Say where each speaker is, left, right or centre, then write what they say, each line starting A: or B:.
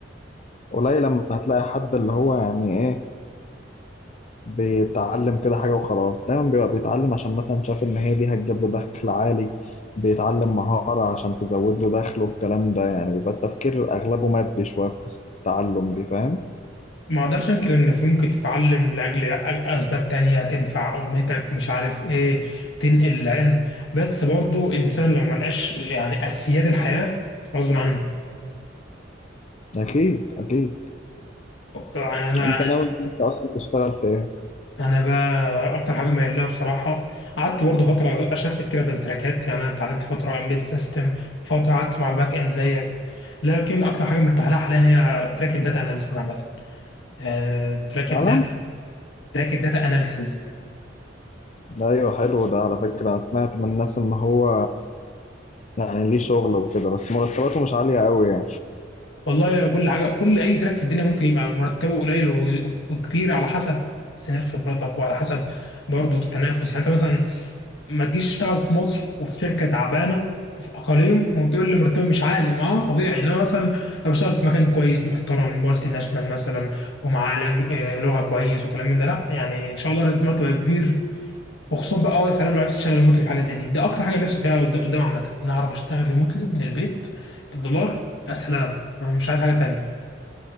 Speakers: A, on the left (about 35°); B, on the left (about 75°).
A: قليل لما هتلاقي حد اللي هو يعني ايه بيتعلم كده حاجة وخلاص دايما بيبقى بيتعلم عشان مثلا شاف إن هي دي هتجيب له دخل عالي بيتعلم مهارة عشان تزود له دخله والكلام ده يعني بيبقى التفكير أغلبه مادي شوية في قصة التعلم دي فاهم؟
B: ما اقدرش انكر ان في ممكن تتعلم لاجل أ- اسباب تانية تنفع امتك مش عارف ايه تنقل العلم بس برضه الانسان لو ملقاش يعني اساسيات الحياة غصب عنه
A: أكيد أكيد
B: يعني انا
A: أنت ناوي إن أنت أصلا تشتغل في إيه؟
B: انا بقى اكتر حاجه مايل لها بصراحه قعدت برضه فتره اشفت كده بين تراكات يعني انا اتعلمت فتره امبيد سيستم فتره قعدت مع الباك اند زيك لكن اكتر حاجه مرتاح لها حاليا هي تراك الداتا اناليسيس عامه آه، تراك
A: فعلا؟
B: الداتا تراك الداتا اناليسيس
A: أيوه حلو ده على فكرة أنا سمعت من الناس إن هو يعني ليه شغل وكده بس مرتباته مش عالية أوي يعني
B: والله كل حاجه كل اي تراك في الدنيا ممكن يبقى مرتبه قليل و- وكبير على حسب سنين خبرتك وعلى حسب برضه التنافس يعني انت مثلا ما تجيش تشتغل في مصر وفي شركه تعبانه في اقاليم وتقول لي مرتبي مش عالي ما هو طبيعي انما مثلا لو اشتغل في مكان كويس محترم مالتي ناشونال مثلا ومعاه لنج- آه، لغه كويس وكلام من ده لا يعني ان شاء الله مرتب كبير وخصوصا بقى اه يا سلام لو عرفت تشتغل ريموتلي في حاجه زي دي ده اكتر حاجه نفسي فيها قد- قدام عامه ان انا اعرف اشتغل ريموتلي من البيت بالدولار يا سلام انا مش عايز حاجه تانية